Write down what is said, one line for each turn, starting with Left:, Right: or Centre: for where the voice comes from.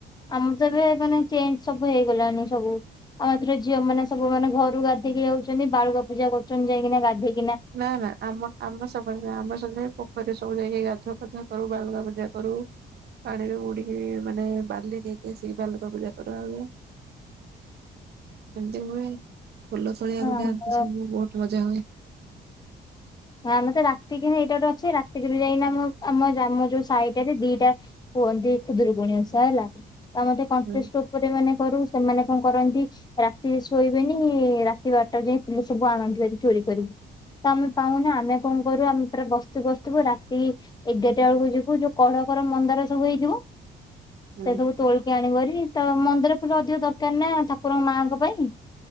Left: ଆମର ତ ଏବେ ମାନେ ଚେଞ୍ଜ ସବୁ ହେଇଗଲାଣିି ସବୁ। ଆଉ ଏଥର ଝିଅମାନେ ସବୁ ମାନେ ଘରୁ ଗାଧେଇକି ଯାଉଛନ୍ତି ବାଳୁକା ପୂଜା କରୁଛନ୍ତି ଯାଇକିନା ଗାଧେଇ
Right: ନା ନା ଆମର ଆମେ ସମସ୍ତେ ଆମେ ସବୁ ପୋଖରୀ ସବୁ ଯାଇକି ଗାଧୁଆ ପାଧୁଆ କରୁ ବାଲୁକା ପୂଜା କରୁ। ପାଣିରେ ବୁଡିକି ମାନେ ବାଲି ନେଇକି ଆସିକି ବାଲୁକା ପୂଜା କରାହୁଏ। ଏମିତି ହୁଏ ଫୁଲ ତୋଳିବାକୁ
Left: ଆମର
Right: ଯାଆନ୍ତି ସବୁ ବୋହୁତ ମଜା ହୁଏ।
Left: ଆ ଆମେ ତ ରାତିକୁ ହିଁ ଏଇଟା ଗୋଟେ ଅଛି ରାତିକିରୁ ଯାଇକିନା ମୁଁ ଆମ ଯାମୁ ଯୋଉ ସାଇଟାରେ ଦିଟା କୁହନ୍ତି ଖୁଦୁରୁକୁଣୀ ଓଷା ହେଲା ତ ଆମେ ତ କଣ୍ଟେଷ୍ଟେ
Right: ହୁଁ
Left: ଏପଟେ ମାନେ କରୁ ସେମାନେ କଣ କରନ୍ତି ରାତିରେ ଶୋଇବେନି ରାତି ବାରଟାରୁ ଯାଇଁ ଫୁଲ ସବୁ ଆଣନ୍ତି ଭାରି ଚୋରି କରିକି। ତମେ ପାଉନୁ ଆମେ ଆଉ କଣ କରୁ ଆମେ ପୁରା ବସଥିବୁ ବସଥିବୁ ରାତି ଏଗାରଟା ବେଳକୁ ଯିବୁ ଯୋଉ କଢକଢ ମନ୍ଦାର ସବୁ ହେଇଥିବ
Right: ହୁଁ
Left: ସେ ସବୁ ତୋଳିକି ଆଣିବୁ ଭାରି ତ ମନ୍ଦାର ଫୁଲ ଅଧିକ ଦରକାରନା ଠାକୁର ମାଆଙ୍କ ପାଇଁ।